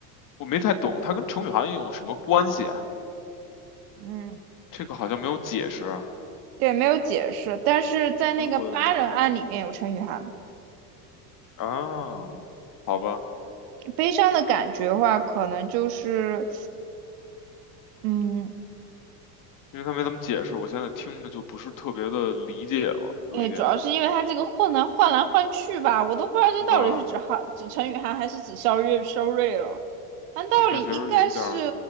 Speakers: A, on the left (about 40°); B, on the right (about 70°).
A: 我没太懂，他跟程雨涵有什么关系啊？
B: 嗯，
A: 这个好像没有解释啊，
B: 对，没有解释，但是在那个八人案里面有陈雨涵，
A: 所以我啊，好吧，
B: 悲伤的感觉的话，可能就是，嗯，
A: 因为他没怎么解释，我现在听着就不是特别的理解了，有一点，
B: 哎，主要是因为他这个换来换来换去吧，我都不知道这到底是指韩指陈雨涵还是指肖瑞肖瑞了。
A: 对吧？
B: 按道理应该是
A: 听着其实有一点儿